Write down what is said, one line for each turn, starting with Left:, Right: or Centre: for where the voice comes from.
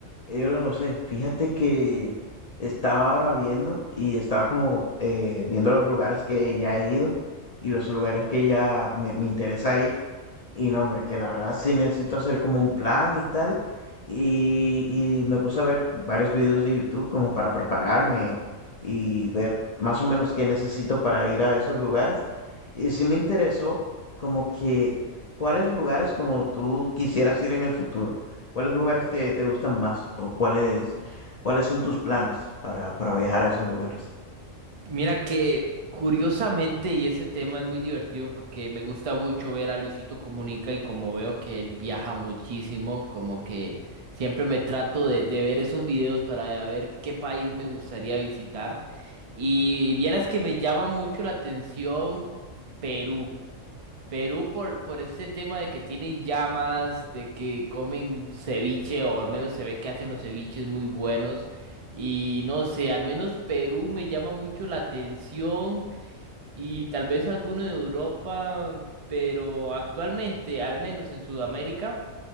Left: Eh, hola José, fíjate que estaba ahora viendo y estaba como eh, viendo los lugares que ya he ido y los lugares que ya me, me interesa ir. Y no, hombre, que la verdad sí necesito hacer como un plan y tal. Y, y me puse a ver varios videos de YouTube como para prepararme y ver más o menos qué necesito para ir a esos lugares. Y sí me interesó como que cuáles lugares como tú quisieras ir en el futuro, cuáles lugares te, te gustan más o cuáles, cuáles son tus planes para, para viajar a esos lugares.
Right: Mira que curiosamente, y ese tema es muy divertido porque me gusta mucho ver a Luisito Comunica y como veo que él viaja muchísimo, como que siempre me trato de, de ver esos videos para ver qué país me gustaría visitar. Y vieras que me llama mucho la atención Perú. Perú por, por ese tema de que tienen llamas, de que comen ceviche, o al menos se ve que hacen los ceviches muy buenos. Y no sé, al menos Perú me llama mucho la atención y tal vez alguno de Europa, pero actualmente, al menos en Sudamérica,